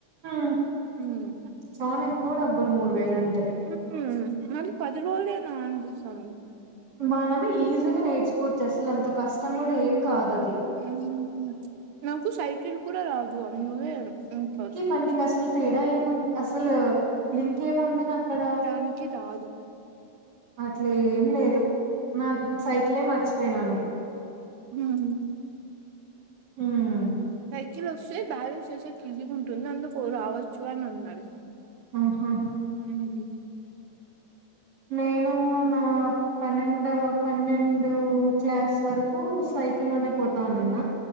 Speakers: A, on the right; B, on the right.
A: మ్
B: హ్మ్
A: చానా ఎక్కువ డబ్బులు మూడు వేలు అంటే.
B: మ్ హు మళ్ళీ పది రోజులేనా అనిపిస్తాంది.
A: మనమే ఈజీగా నేర్చుకోవచ్చు అసలు అంత కష్టం కూడా ఏం కాదు అది.
B: ఉమ్ నాకు సైకిల్ కూడా రాదు, అందవే ఉ <unintelligible>
A: పండికి అసల్ తేడా ఏం ఉంద్, అసలు లింక్ ఏం ఉందని అక్కడ.
B: ఇన్కి రాదు
A: అట్లేం
B: హ్మ్
A: లేదు, నాకు ఇప్పుడు సైకిలే మర్చిపోయినాను.
B: హుమ్మ్
A: ఉమ్
B: సైకిల్ వస్తే బ్యాలెన్స్ చేసేకి ఈజీగా ఉంటుంది, అందుకు రావచ్చు అని అన్నాడు.
A: ఆహా
B: ఉమ్మ్
A: నేను నా పన్నెండు, పన్నెండు క్లాస్ వరకు సైకిల్ లోనే పోతా ఉండిన్న